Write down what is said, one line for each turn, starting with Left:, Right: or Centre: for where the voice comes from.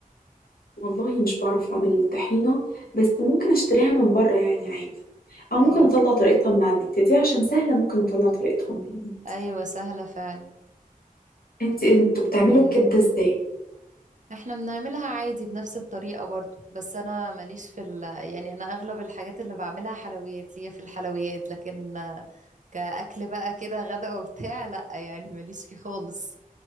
Left: والله مش بعرف اعمل الطحينة بس ممكن اشتريها من بره يعني عادي او
Right: ايوه
Left: ممكن اطلع طريقتها من على النت دي عشان سهلة ممكن اطلع طريقتها من على النت
Right: ايوه سهلة فعلا
Left: انت انتوا بتعملوا
Right: ايوه
Left: الكبدة ازاي
Right: احنا بنعملها عادي بنفس الطريقة برضو بس انا ماليش في ال... يعني انا اغلب الحاجات اللي بعملها حلويات ليا في الحلويات لكن آه، كأكل بقى كده غدا وبتاع <laughs> لا يعني ماليش فيه خالص